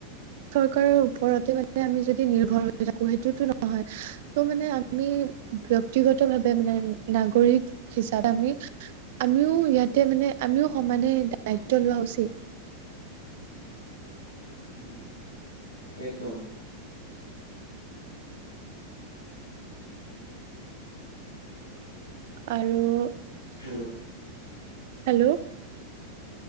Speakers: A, on the right; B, on the left.
A: চৰকাৰৰ ওপৰতে মানে আমি যদি নিৰ্ভৰ হৈ থাকো সেইটোতো নহয়। <unintelligible> ত' মানে আমি ব্যক্তিগতভাৱে মানে নাগৰিক হিচাপে আমি <unintelligible> আমিও ইয়াতে মানে আমিও সমানে দায়িত্ব লোৱা উচিত। <unintelligible>
B: উম <unintelligible> একদম। <inaudible>
A: আৰু <unintelligible>
B: হেল্ল'! <unintelligible>
A: হেল্ল'! <inaudible>